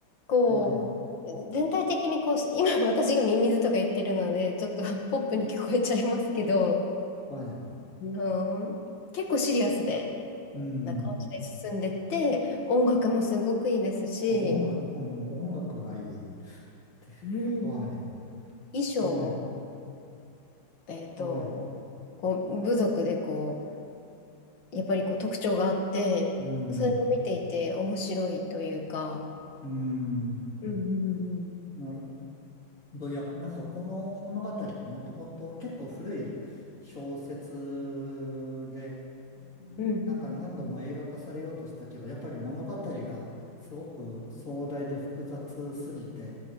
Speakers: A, on the left (about 70°); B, on the left (about 40°).
A: こう、
B: はい、
A: 全体的にこう、今私がミミズとか言ってるので、ちょっとポップに聞こえちゃいますけど、
B: はい。
A: あの結構シリアスで、
B: うん。
A: な感じで進んでって、
B: ま
A: 音楽もすごくいいですし、
B: あ、音楽、うん、音楽がいいって。
A: うん、
B: はい。
A: 衣装も、
B: ね、
A: えっと、
B: はい。
A: こう、部族でこう、やっぱりこう特徴があって、
B: うん。
A: それも見ていて面白いというか、
B: うん。
A: うんうん
B: なるほど。いや、なんかこの物語ってもともと結構古い小説で、
A: うんうん
B: なんか何度も映画化されようとしたけど、やっぱり物語がすごく壮大で複雑すぎて、